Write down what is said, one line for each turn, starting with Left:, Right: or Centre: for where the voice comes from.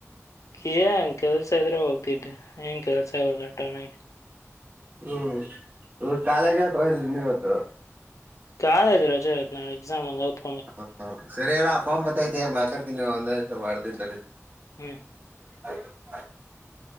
Left: ಕೇನ್ ಕೆಲ್ಸ ಇದ್ರೆ ಹೋಗ್ತಿದ್ದೆ. ಏಂಗೆ ಕೆಲಸ ಈಲ ಟೋನಾಗ್
Right: ಹ್ಮ ಕಾಲೆಜ್ ಯಾಕ್ ಹೋಗಿಲ್ಲ ಇನ್ನೂ ಇವತ್ತು
Left: ಕಾಲೇಜ್ ರಜೆ ಇವತ್ತ್ ನಾಳೆ ಎಕ್ಸಾಮ್ ಅಲ ಓದ್
Right: ಹ ಸರಿಯಣ ಫೋನ್ ಬತ್ತೈತೆ ಮಾತಾಡ್ ಇರು ಒಂದೇ ನೀಮಿಷ ಮಾಡ್ತೀನ್ ತಡಿ.
Left: ಹ್ಮ್
Right: <unintelligible>